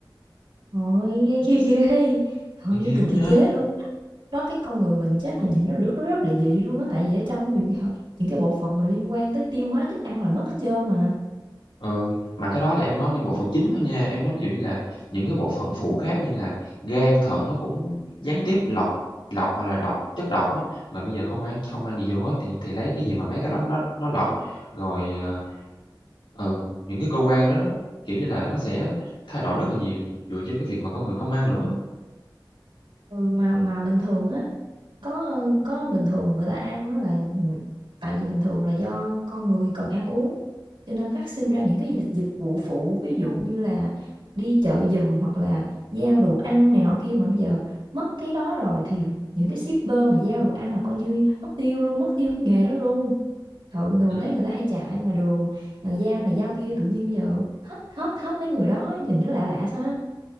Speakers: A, on the right; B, on the left.
A: Ôi, nghe ghê ghê, trời ơi,
B: Nghe
A: nghe
B: ghê
A: cực
B: quá
A: kỳ
B: ha!
A: chế luôn á. Đó, cái con người mình chắc là nhìn nó rất rất là dị luôn á, tại vì ở trong nhiều khi họ những cái bộ phận mà liên quan tới tiêu hóa thức ăn là mất hết trơn mà.
B: Ừ, mà cái đó là em nói những bộ phận chính thôi nha, em nói ví dụ như là những cái bộ phận phụ khác như là gan, thận nó cũng gián tiếp lọc lọc, gọi là, lọc chất độc á, mà bây giờ không ăn không ăn gì vô hết thì thì lấy cái gì mà mấy cái đó nó nó lọc. Rồi, ờ, Ừ, những cái cơ quan đó đó, kiểu như là, nó sẽ thay đổi rất là nhiều dựa trên cái việc mà con người không ăn nữa.
A: Ừ, mà mà bình thường á, Có, có bình thường người ta ăn á là, tại vì bình thường là do con người cần ăn uống, cho nên phát sinh ra những cái dịch dịch vụ phụ, ví dụ như là đi chợ giùm hoặc là giao đồ ăn này nọ kia, mà bây giờ mất cái đó rồi thì những cái shipper mà giao đồ ăn là coi như mất tiêu luôn, mất tiêu cái nghề đó luôn. Trời, bình thường
B: Ừm.
A: thấy người ta hay chạy ngoài đường, người giao này giao kia, tự nhiên bây giờ hết hết hết mấy người đó, nhìn nó lạ lạ sao ha.